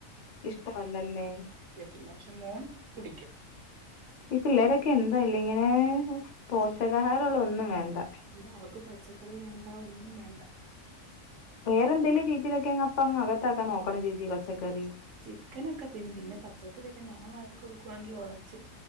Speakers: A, on the left (about 50°); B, on the right (about 70°).
A: ഇഷ്ടവല്ലല്ലെ
B: എത്തില്ല പക്ഷെ മോൻ കുടിക്കും
A: ഈ പിള്ളേരൊക്കെ എന്താല്ലേ ഇങ്ങനെ പോഷകാഹാരുള്ള ഒന്നും വേണ്ട
B: ഇവിടെ അവക്ക് പച്ചക്കറി വേണ്ട ഒന്നും വേണ്ട
A: വേറെ എന്തേലും രീതിയിലോക്കെ അങ്ങ് അപ്പ അങ്ങ് അകത്താക്കാൻ നോക്കണം ചേച്ചി പച്ചക്കറി
B: ചിക്കനൊക്കെ തിന്നും പിന്നെ പച്ചക്കറിയൊക്കെ ഞാൻ വാരി കൊടുക്കുവാണെങ്കി ഒടച്ച്